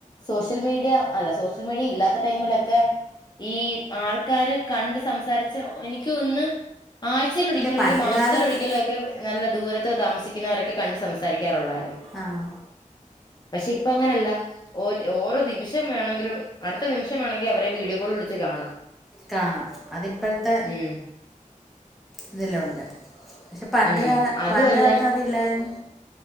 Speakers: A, on the left; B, in the centre.
A: സോഷ്യൽ മീഡിയ അല്ല സോഷ്യൽ മീഡിയ ഇല്ലാത്ത ടൈമിലൊക്കെ ഈ ആൾക്കാര് കണ്ട് സംസാരിച്ച് എനിക്ക് തോന്ന്ന്ന് ആഴ്ചയിൽ ഒരിക്കല്
B: ഇല്ല
A: ല്ലെങ്കി
B: പണ്ട്
A: മാസത്തിലൊരിക്കലോ
B: കാലത്ത്
A: ഒക്കെ നല്ല ദൂര ത്ത് താമസിക്കുന്നവരക്കെ കണ്ട് സംസാരിക്കാറൊള്ളാ
B: ആഹ്
A: പക്ഷെ ഇപ്പ അങ്ങനെ അല്ല ഓര് ഓരോ നിമിഷം വേണെങ്കിലും അടുത്ത നിമിഷം വേണോങ്കി അവരെ വീഡിയോ കോൾ വിളിച്ച് കാണാം
B: കാണാം അതിപ്പഴത്തെ
A: ഉം
B: ഇതിലൊണ്ട് പക്ഷെ പണ്ട്
A: ഉം
B: കാല
A: അതുമല്ല
B: പണ്ട് കാലത്ത് അതില്ലാരുന്നു